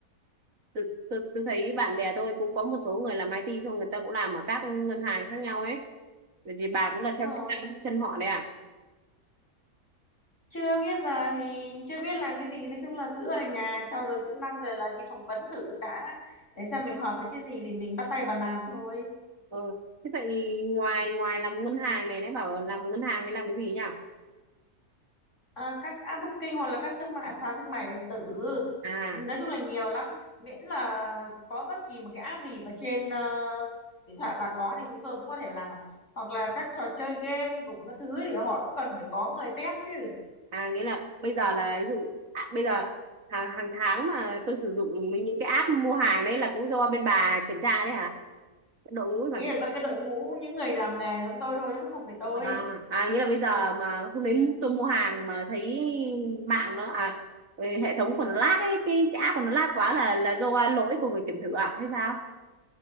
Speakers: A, on the right; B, on the left.
A: Tôi, tôi, tôi thấy bạn bè tôi cũng có một số người làm IT xong người ta cũng làm ở các ngân hàng khác nhau ấy. Vậy thì bà cũng là
B: Đúng
A: theo
B: rồi.
A: theo chân họ đấy à?
B: Chưa biết giờ thì chưa biết làm cái gì nói chung là cứ ở nhà trau dồi kỹ năng rồi là đi phỏng vấn thử đã để xem mình hợp với cái gì thì mình bắt tay vào làm thôi.
A: Ừ. Thế vậy ngoài ngoài làm ngân hàng này nãy bảo làm ngân hàng thì làm cái gì nhỉ?
B: À, các app booking hoặc là các thương mại sàn thương mại điện tử
A: à
B: nói chung là nhiều lắm miễn là có bất kỳ một cái app gì mà trên ờ, điện thoại bà có thì chúng tôi cũng có thể làm hoặc là các trò chơi game cũng có thứ thì họ cũng cần phải có người test chứ
A: à nghĩa là bây giờ là ví dụ à, bây giờ hàng, hàng tháng mà tôi sử dụng mấy những cái app mua hàng đấy là cũng do bên bà kiểm tra đấy hả đội ngũ bà
B: ý
A: kiểm
B: là do
A: tra
B: cái đội ngũ những người làm nghề giống tôi thôi chứ không phải tôi
A: à, à nghĩa là bây giờ mà hôm đấy tôi mua hàng mà thấy mạng nó à ừ, hệ thống của nó lag ấy cái, cái app của nó lag quá là là do lỗi của người kiểm thử à hay sao